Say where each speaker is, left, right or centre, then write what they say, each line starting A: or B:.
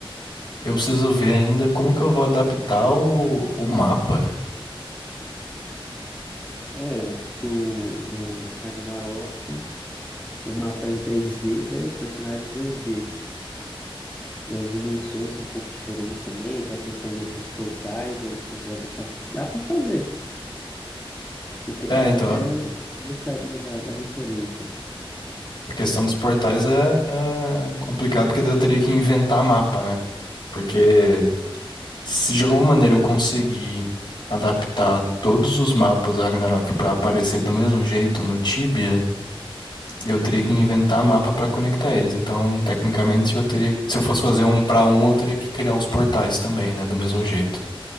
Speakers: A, on the left; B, on the left.
A: eu preciso ver ainda como que eu vou adaptar o, o mapa.
B: É, porque o, no Ragnarok o mapa é em 3D, né? Os personagens em 2D. E as dimensões são um pouco diferentes também. Tem a questão do- dos portais, né? Não sei se vai deixar. Dá pra fazer. O pessoal
A: É, então,
B: até gostaria da, da referência.
A: a questão dos portais é, é complicado, porque daí eu teria que inventar mapa, né? Porque Se de alguma maneira eu conseguir adaptar todos os mapas Ragnarok pra aparecer do mesmo jeito no Tibia, eu teria que inventar mapa pra conectar eles. Então, tecnicamente, eu teria, se eu fosse fazer um pra um, eu teria que criar os portais também, né, do mesmo jeito.